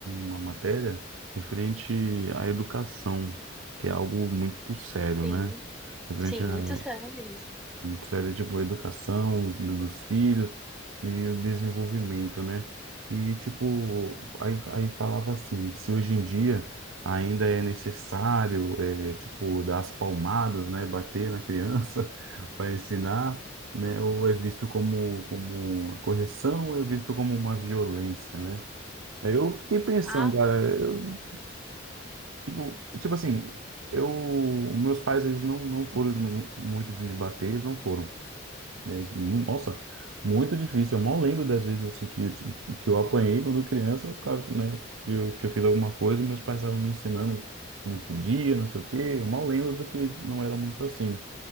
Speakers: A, on the right (about 85°); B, in the centre.
A: uma matéria referente à educação, que é algo muito sério,
B: Sim,
A: né? Referente
B: sim,
A: à
B: muito sério mesmo.
A: Seria tipo a educação dos filhos e o desenvolvimento, né? E tipo, aí, aí falava assim, se hoje em dia ainda é necessário, é, tipo, dar as palmadas, né? Bater na criança <laughs> para ensinar, né? Ou é visto como, como correção, ou é visto como uma violência, né? Aí eu fiquei pensando,
B: Ah,
A: cara, eu, tipo, tipo assim, eu, meus pais, eles não, não foram mu- muito de me bater, eles não foram né? Mu- Nossa, muito difícil. Eu mal lembro das vezes assim que eu, ti- que eu apanhei quando criança, por causa, né? Que eu, que eu fiz alguma coisa, meus pais estavam me ensinando que não podia, não sei o quê. Eu mal lembro porque não era muito assim.